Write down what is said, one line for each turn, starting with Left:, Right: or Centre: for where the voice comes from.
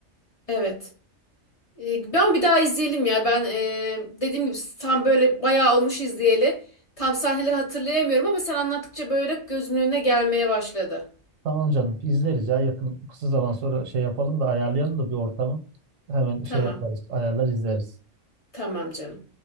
Left: Evet. E, ben bir daha izleyelim ya. Ben e, dediğim gibi tam böyle bayağı olmuş izleyeli. Tam sahneleri hatırlayamıyorum ama sen anlattıkça böyle gözümün önüne gelmeye başladı.
Right: Tamam canım izleriz ya yakın kısa zaman sonra şey yapalım da ayarlayalım da bir ortamı. Hemen şey
Left: Tamam.
Right: yaparız ayarlar izleriz.
Left: Tamam canım.